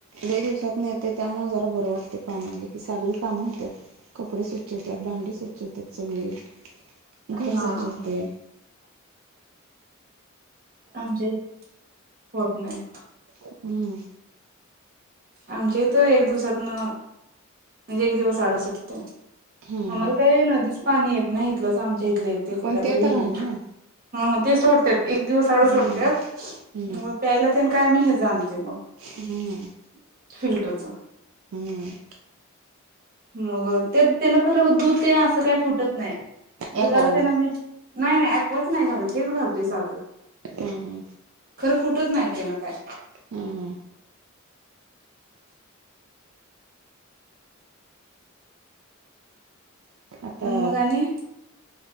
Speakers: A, on the right; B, on the right.
A: लई दिवसात न येतय, त्यामुळ जरा बरं वाटत पाणी आल की, सगळी कामं होत्यात कपडे स्वच्छ हो त्यात, भांडी स्वच्छ होत्यात सगळी, घर
B: हा
A: स्वच्छ होतय.
B: आमच्या इथ होत नाही.
A: हम्म
B: आमच्या इथं एक दिवसात न म्हणजे एक दिवस अड सुटतय -
A: हम्म
B: आम्हाला काय नदीच पाणी येत ना इथलंच आमच्या इथलं येते कुठल्या
A: पण ते
B: तरी विहिरीत
A: तर आहे ना
B: - ह ते सोडते. एक दिवस आड
A: हम्म
B: सोडत्यात
A: हम्म
B: मग प्यायला तेन काय आम्ही हेज आणतोय मग -
A: हम्म
B: फिल्टरचं
A: हम्म
B: मग तेन खरं दूध ते ना असं काही फुटत नाही. दुधाला
A: एकवान
B: ते ना मी नाही नाही एक्वाच नाही घालत हेच घालतोय साधं-
A: हम -हम
B: खरं फुटत नाही ते ना काय -
A: हम्- हम् आता
B: मग आणि -